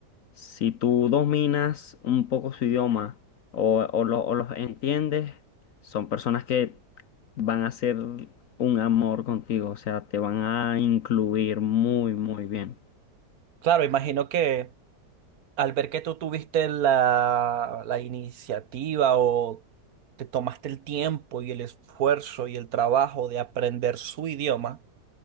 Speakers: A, on the left; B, on the right.
A: Si tú dominas un poco su idioma o, o lo- o los entiendes, son personas que van a ser un amor contigo, o sea, te van a incluir muy, muy bien.
B: claro, imagino que al ver que tú tuviste la, la iniciativa o te tomaste el tiempo y el esfuerzo y el trabajo de aprender su idioma,